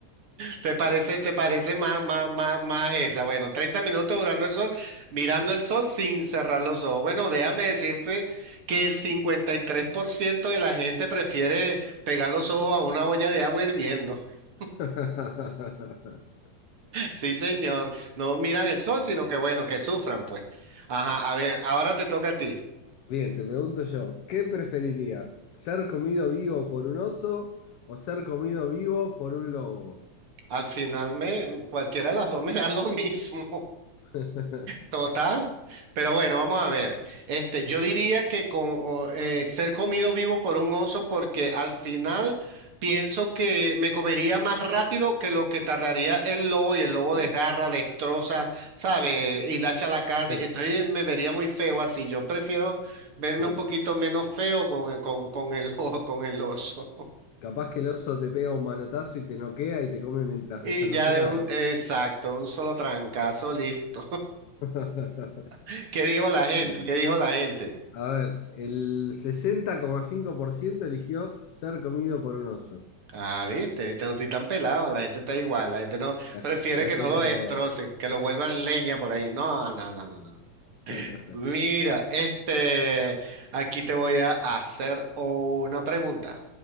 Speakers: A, on the right; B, on the left.
A: ¿Te parece, te parece más, más, más, más esa? Bueno, 30 minutos durando el sol, mirando el sol sin cerrar los ojos. Bueno, déjame decirte que el 53% de la gente prefiere pegar los ojos a una olla de agua hirviendo. <laughs>
B: <laughs>
A: Sí, señor. No miran el sol,
B: Bien.
A: sino que bueno, que sufran, pues. Ajá, a ver, ahora te toca a ti.
B: Bien, te pregunto yo, ¿qué preferirías? ¿Ser comido vivo por un oso o ser comido vivo por un lobo?
A: Al final me, cualquiera de las dos me da lo mismo.
B: <laughs>
A: Total. Pero bueno, vamos a ver. Este, yo diría que con, o, eh, ser comido vivo por un oso porque al final pienso que me comería más rápido que lo que tardaría el lobo y el lobo
B: Sí,
A: desgarra, destroza, ¿sabe? Hilacha la carne.
B: sí,
A: Entonces me vería muy feo así. Yo prefiero verme
B: sí.
A: un poquito menos feo con, con, con el, <laughs> o- con el oso.
B: Capaz que el oso te pega un manotazo y te noquea y te come mientras
A: Y
B: estás
A: ya
B: noqueado.
A: de un, exacto, un solo trancazo, listo.
B: <laughs>
A: <laughs> ¿Qué dijo la gente?
B: Bueno,
A: ¿Qué dijo la gente?
B: a ver, el sesenta coma cinco por ciento eligió ser comido por un oso.
A: Ah, viste, viste, no estoy tan pelado, la gente está igual, la gente no
B: La,
A: prefiere
B: ge- la
A: que
B: gente
A: no lo
B: está
A: destrocen,
B: de abajo.
A: que los vuelvan leña por ahí. No, no, no, no, no.
B: <laughs>
A: Mira, este, aquí te voy a hacer una pregunta.